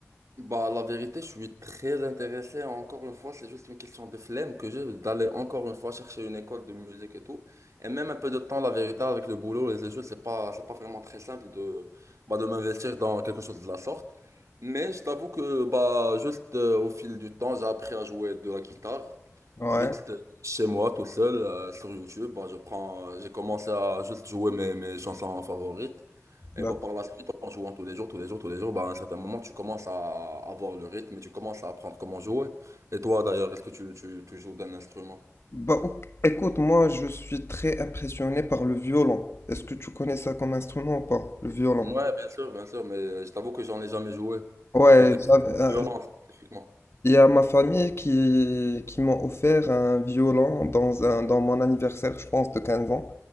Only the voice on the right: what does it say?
Bah, la vérité, je suis très intéressé. Encore une fois, c'est juste une question de flemme que j'ai d'aller encore une fois chercher une école de musique et tout. Et même un peu de temps, la vérité, avec le boulot et les études, c'est pas, c'est pas vraiment très simple de, bah, de m'investir dans quelque chose de la sorte. Mais je t'avoue que, bah, juste euh, au fil du temps, j'ai appris à jouer de la guitare.
Juste euh, chez moi, tout seul, euh, sur YouTube, bah, je prends, j'ai commencé à juste jouer mes, mes chansons favorites. Et
bah, par la suite, en jouant tous les jours, tous les jours, tous les jours, bah, à un certain moment, tu commences à avoir le rythme et tu commences à apprendre comment jouer. Et toi, d'ailleurs, est-ce que tu, tu, tu joues d'un instrument?
Ouais, bien sûr, bien sûr, mais euh, je t'avoue que j'en ai jamais joué.
Et pour
le violon, spécifiquement.